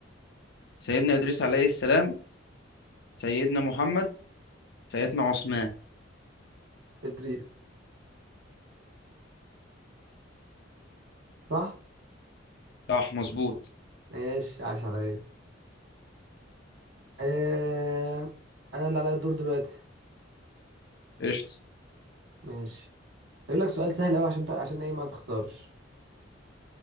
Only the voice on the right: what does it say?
إدريس صح
ماشي عاش عليا آه... أنا اللي عليا الدور دلوقتي
ماشي هقول لك سؤال سهل أوي عشان ت... عشان إيه ما تخسرش